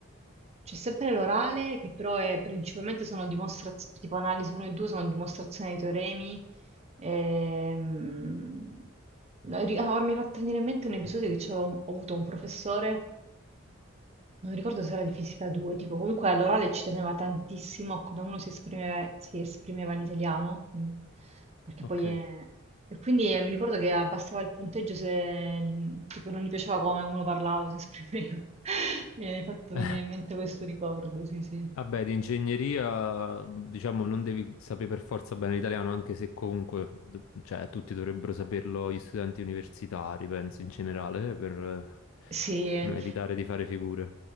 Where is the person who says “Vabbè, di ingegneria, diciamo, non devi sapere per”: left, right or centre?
Left